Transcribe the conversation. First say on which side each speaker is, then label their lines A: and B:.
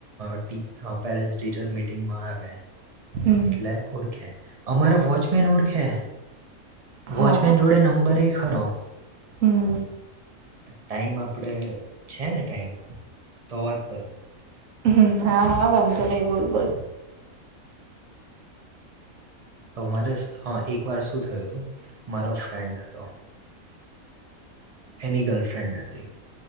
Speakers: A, on the right; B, on the right.
A: ટ પેરેન્ટ્સ ટીચર મીટિંગમાં આવે્યા.
B: હમ્મ.
A: એટલે ઓળખ્યા. અમારા વોચમેન ઓળખે. વોચમેન
B: હા
A: જોડે નંબર એ ખરો.
B: હમ્મ
A: ટાઈમ આપડે છે ને ટાઈમ તો વાત કરું.
B: હમ હા હા વાંધો નહીિ બોલ બોલ.
A: તો મારે એક વાર શું થયું હતું મારો ફ્રેન્ડ હતો. એની ગર્લફ્રેન્ડ હતી. તે.